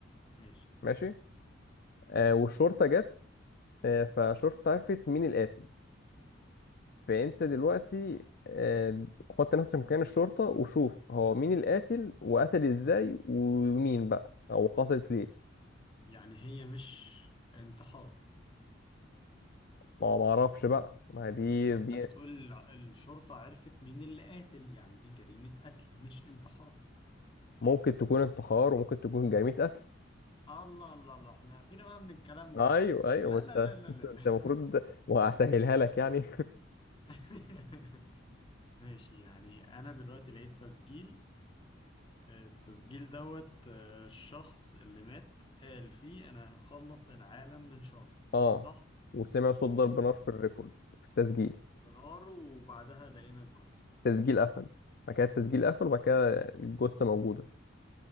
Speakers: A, on the left (about 25°); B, on the left (about 50°).
A: ماشي
B: ماشي آه والشرطه جت آه فالشرطه عرفت مين القاتل فانت دلوقتي آه حط نفسك مكان الشرطه وشوف هو مين القاتل وقتل ازاي ومين بقى او حصلت ليه
A: يعني هي مش انتحار
B: ما ما اعرفش بقى ما هي دي
A: ما انت
B: دي
A: بتقول الع- الشرطة عرفت مين اللي قاتل يعني دي جريمة قتل مش انتحار
B: ممكن تكون انتحار وممكن تكون جريمه قتل
A: الله الله الله احنا فينا بقى من الكلام ده
B: ايوه
A: يا عم
B: ايوه
A: لا
B: ما انت
A: لا لا لا
B: <laughs>
A: لا لا.
B: انت المفروض وهسهلها لك يعني
A: <laughs> ماشي يعني انا دلوقتي لقيت تسجيل التسجيل دوت آه، الشخص اللي مات قال فيه أنا هخلص العالم من شر
B: <laughs> اه
A: صح؟
B: وسمع صوت ضرب
A: وضرب
B: نار في الريكورد في التسجيل
A: نار وبعدها لقينا الجثة
B: تسجيل قفل بعد كده التسجيل قفل وبعد كده الجثة موجودة